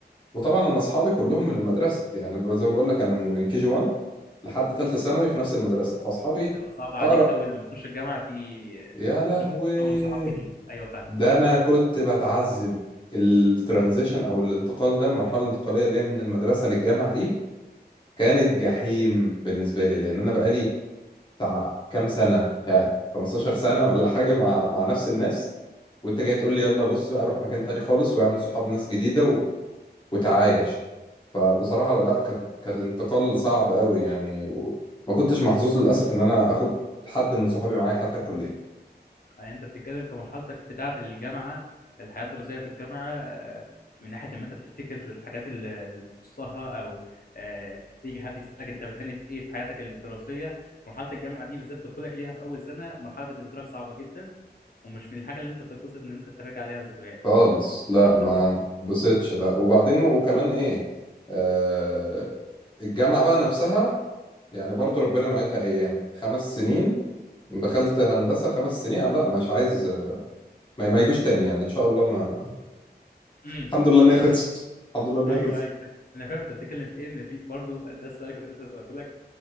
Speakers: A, on the left (about 25°); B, on the left (about 55°).
A: وطبعا انا اصحابي كلهم من المدرسة يعني بقى زي ما بقول لك انا من من كي جي 1 لحد تالتة ثانوي في نفس المدرسة فاصحابي
B: بتبقى صعبه عليك
A: اقرب
B: قوي لما تخش الجامعه تيجي
A: يا لهوي
B: تيجي تكون صحاب جديد ايوه فاهم
A: ده
B: كمل
A: انا كنت بتعذب الترانزيشن او الانتقال ده المرحله الانتقاليه اللي هي من المدرسه للجامعه دي كانت جحيم بالنسبة لي لأن أنا بقالي بتاع كام سنة مش عارف 15 سنة ولا حاجة مع مع نفس الناس وأنت جاي تقول لي يلا بص بقى روح مكان تاني خالص واعمل صحاب ناس جديدة و... وتعايش فبصراحة لا كانت كانت انتقال صعب قوي يعني وما كنتش محظوظ للأسف إن أنا آخد حد من صحابي معايا حتى الكلية
B: يعني انت بتتكلم كمرحلتك بتاعة الجامعة الحياة الدراسية في الجامعة آه، من ناحية ان انت تفتكر الحاجات اللي اللي تخصها او آه، يجي حد يسألك انت بتحن في ايه في حياتك الدراسية مرحلة الجامعة دي بالذات دخولك ليها في اول سنة مرحلة بالنسبة لك صعبة جدا ومش من الحاجة اللي انت تتبسط ان انت تراجع ليها ذكريات
A: خالص لا
B: في نفس
A: ما
B: الوقت
A: بصيتش لا وبعدين وكمان إيه آه الجامعة بقى نفسها يعني برضو ربنا معيدها أيام خمس سنين دخلت هندسة خمس سنين أنا لا مش عايز ما, ما يجوش تاني يعني إن شاء الله ما
B: امم
A: الحمد لله إن هي خلصت الحمد لله إن
B: ايوه
A: هي خلصت
B: ايوه ايوه. انا فاهم انت بتتكلم في ايه ان في برضه ده السؤال اللي كنت لسه هسأله لك